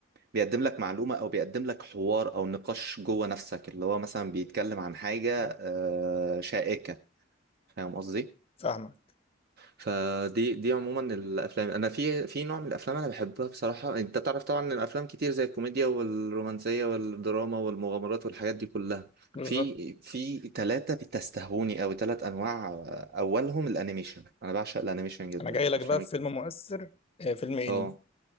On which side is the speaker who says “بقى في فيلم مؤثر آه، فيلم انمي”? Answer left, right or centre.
Left